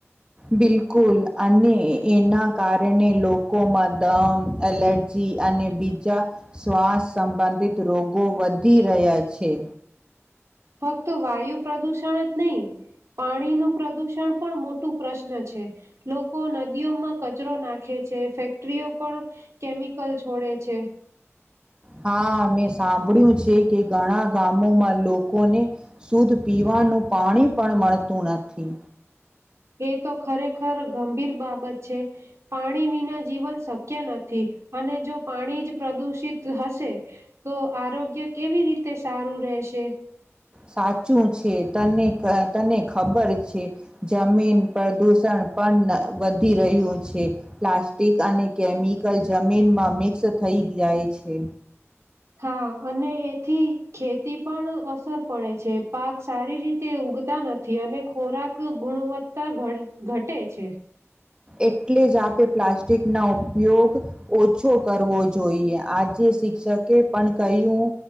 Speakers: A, on the right; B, on the right.
A: બિલકુલ અને એના કારણે લોકોમાં દમ, એલર્જી અને બીજા શ્વાસ સંબંધિત રોગો વધી રહ્યા છે.
B: ફક્ત વાયુ પ્રદૂષણ જ નહી પાણીનું પ્રદુષણ પણ મોટું પ્રશ્ન છે, લોકો નદીઓમાં કચરો નાખે છે, ફેક્ટરીઓ પણ કેમિકલ છોડે છે.
A: હા મેં સાંભળ્યું છે કે ઘણા ગામોમાં લોકોને શુદ્ધ પીવાનું પાણી પણ મળતું નથી.
B: એ તો ખરેખર ગંભીર બાબત છે, પાણી વિના જીવન શક્ય નથી અને જો પાણી જ પ્રદુષિત હશે તો આરોગ્ય કેવી રીતે સારું રહેશે.
A: સાચું છે તને તને ખબર છે જમીન પ્રદૂષણ પણ વધી રહ્યું છે પ્લાસ્ટિક અને કેમિકલ જમીનમાં મિક્સ થઈ જાય છે.
B: હા અને એથી ખેતી પણ અ અસર પડે છે પાક સારી રીતે ઉગ તા નથી અને ખોરાક ગુણવત્તા ઘટે છે
A: એટલે જ આપે પ્લાસ્ટિક ન ઉપયોગ ઓછો કરવો જોઈએ આજે શિક્ષકે પણ કહ્યું